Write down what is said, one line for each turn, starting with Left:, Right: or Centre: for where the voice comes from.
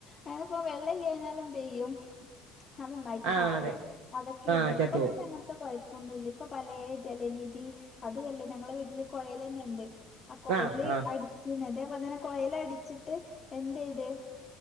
Left: അങ്ങനിപ്പം വെള്ളം ഇല്ലാഞ്ഞാല് എന്ത് ചെയ്യും അതൊന്നായിട്ട്
Right: ആഹ്
Left: ചാകുവോ
Right: അതെ
Left: അതൊക്കെ
Right: ആഹ്
Left: ഇരുന്നു
Right: ചത്തുപോവും
Left: ഇപ്പം പിന്നെ അങ്ങനത്തെ കൊഴ കൊഴപ്പമൊന്നുമില്ല ഇപ്പൊ പലേ ജലനിധി അതുമല്ല ഞങ്ങളെ വീട്ടില് കൊഴൽ തന്നെ ഉണ്ട് ആ കൊഴൽ
Right: ആഹ് ആഹ്
Left: അടിക്കുന്നത് അപ്പം തന്നെ കൊഴൽ അടിച്ചിട്ട് എന്ത് ചെയ്ത്